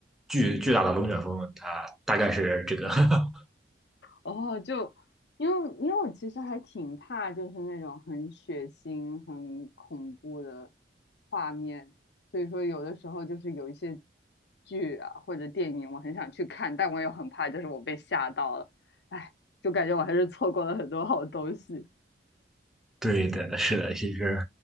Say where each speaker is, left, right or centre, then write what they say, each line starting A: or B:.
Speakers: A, in the centre; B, on the left.
A: 巨巨大的龙卷风。它大概是这个 <laughs>
B: 哦，就因为因为我其实还挺怕，就是那种很血腥、很恐怖的画面，所以说有的时候就是有一些剧啊或者电影，我很想去看，但我也很怕，就是我被吓到了，哎，就感觉我还是错过了很多好东西，
A: 对的，是的，其实，